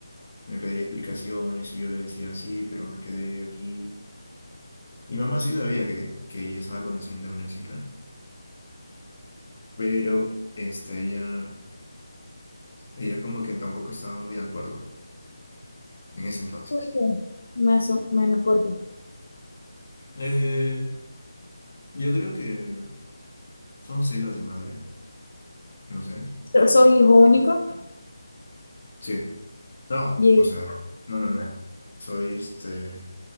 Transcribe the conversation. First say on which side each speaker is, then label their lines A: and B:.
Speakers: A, on the left (about 35°); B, on the left (about 65°).
A: me pedía explicaciones y yo le decía sí, pero me quedé aquí. Mi mamá sí sabía que, que yo estaba conociendo a una chica, pero este, ella, ella como que tampoco estaba muy de acuerdo en ese entonces.
B: ¿por qué? Más o menos porque
A: Eh, yo creo que son celos de madre, no sé.
B: so- soy hijo único
A: Sí, no,
B: y,
A: o sea, no, no, no. Soy este,